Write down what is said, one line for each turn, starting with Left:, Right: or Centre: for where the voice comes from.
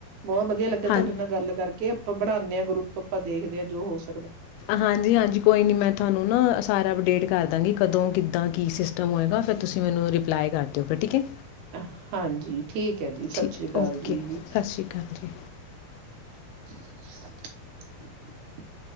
Right: ਬਹੁਤ ਵਧੀਆ ਲੱਗਿਆ ਤੁਹਾਡੇ
Left: ਹਾਂ
Right: ਨਾਲ ਗੱਲ ਕਰਕੇ ਆਪਾਂ ਬਣਾਾਉਂਦੇਾਂ ਗਰੁਪ ਆਪਾਂ ਦੇਖ ਹਾਂ ਜੋ ਹੋ ਸਕ
Left: ਹਾਂਜੀ ਹਾਂਜੀ ਕੋਈ ਨੀ ਮੈਂ ਤੁਹਾਨੂੰ ਨਾ ਸਾਰਾ ਅਪਡੇਟ ਕਰ ਦਾਂਗੀ ਕਦੋਂ ਕਿ ਤਾਂ ਕੀ ਸਿਸਟਮ ਹੋਏਗਾ ਫਿਰ ਤੁਸੀਂ ਮੈਨੂੰ ਰਿਪਲਾਈ ਕਰ ਦਿਓ ਫਿਰ ਠੀਕ ਹੈ
Right: ਹਾਂਜੀ ਠੀਕ ਹੈ ਜੀ ਸਤਿ
Left: ਠੀਕ
Right: ਸ੍ਰੀ ਅਕਾਲ
Left: ਓਕੇ
Right: ਜੀ
Left: ਸਤਿ ਸ਼੍ਰੀ ਅਕਾਲ ਜੀ
Right: <unintelligible>